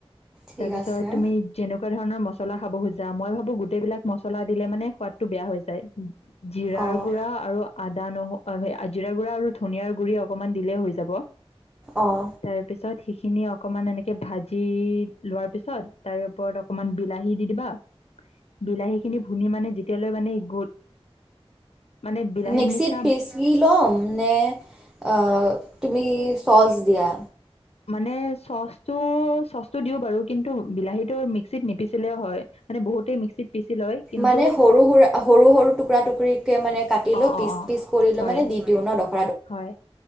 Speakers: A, in the centre; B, on the left.
A: ঠিক
B: তাৰপিছত
A: আছে
B: তুমি যেনেকুৱা ধৰণৰ মছলা খাব খোজা, মই ভাবো গোটেইবিলাক মছলা দিলে মানে সোৱাদটো বেয়া হৈ যায়। জিৰাৰ
A: অঁ
B: গুৰা আৰু আদা, নহ আৰু জিৰা গুড়া আৰু ধনিয়াৰ গুৰি অকমান দিলেই হয় যাব।
A: অঁ।
B: তাৰ পিছত সিখিনি অকমান এনেকে ভাজি লোৱাৰ পিছত তাৰে ওপৰত অক অকমান বিলাহী দি দিবা বিলাহী। খিনি ভুনি মানে যেতিয়ালৈ মানে গল মানে বিলাহীৰ
A: মিক্সিত
B: নিচিনা
A: পিচিব লম নে, আ তুমি চচ দিয়া?
B: মানে চচটো-চচটো দিও বাৰু! কিন্তু বিলাহীটো মিক্সিত নিপিচিলেও হয়। মানে বহুতেই মিক্সিত পিছি লয়। কিন্তু
A: মানে সৰু-সৰু-সৰু-সৰু টুকুৰা-টুকুৰিকে মানে কাটিলো
B: অঁ অঁ
A: পিচ
B: অঁ
A: পিচ কৰিলো
B: হয়
A: মানে দি <unintelligible>
B: হয়।